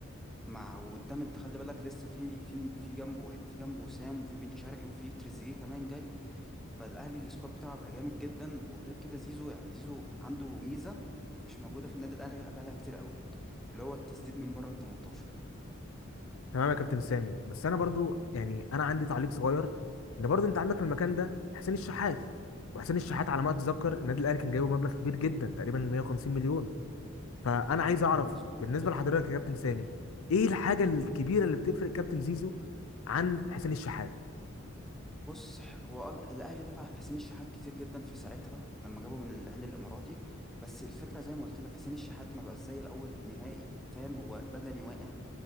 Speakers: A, in the centre; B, on the left (about 75°).
A: مع وقدام انت خلي بالك لسه في في في جنبه هيبقى في جنبه وسام وفي بن شرقي وفي تريزيجيه كمان جاي فالاهلي السكواد بتاعه هيبقى جامد جدا وغير كده زيزو يعني زيزو عنده ميزه مش موجوده في النادي الاهلي بقالها كتير قوي اللي هو التسديد من بره ال 18
B: تمام يا كابتن سامي بس انا برضو يعني انا عندي تعليق صغير ان برضو انت عندك في المكان ده حسين الشحات وحسين الشحات على ما اتذكر النادي الاهلي كان جايبه مبلغ كبير جدا تقريبا 150 مليون فانا
A: م-
B: عايز اعرف
A: مظبوط
B: بالنسبه لحضرتك يا كابتن سامي ايه الحاجه الكبيره اللي بتفرق كابتن زيزو عن حسين الشحات
A: بص هو قال- الاهلي دفع في حسين الشحات كتير جدا في ساعتها لما جابه من العين الاماراتي بس الفكره زي ما قلت لك حسين الشحات ما بقاش زي الاول نهائي فاهم هو بدني واقع